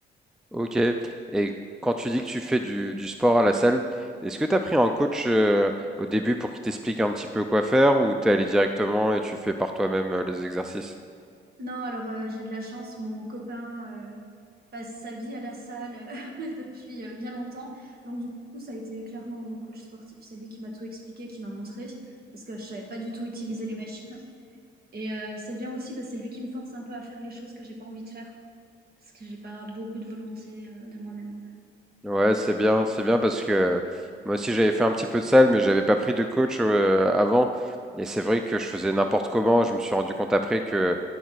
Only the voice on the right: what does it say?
Non, alors euh, j'ai de la chance, mon copain euh, passe sa vie à la salle <laughs> depuis euh, bien longtemps. Donc du coup, ça a été clairement mon coach sportif. C'est lui qui m'a tout expliqué, qui m'a montré, parce que je savais pas du tout utiliser les machines. Et euh, c'est bien aussi, bah, c'est lui qui me force un peu à faire les choses que j'ai pas envie de faire, parce que j'ai pas beaucoup de volonté euh, de moi-même.